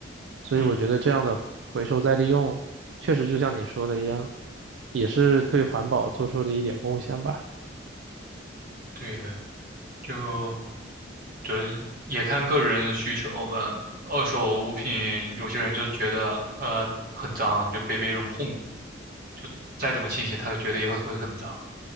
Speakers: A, on the right; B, on the right.
A: 所以我觉得这样的回收再利用，
B: 嗯，
A: 确实就像你说的一样，也是对环保做出的一点贡献吧。
B: 对的，就主要是也看个人的需求吧。二手物品，有些人就觉得呃很脏，就被别人碰过，就再怎么清洗，他都觉得也会会很脏。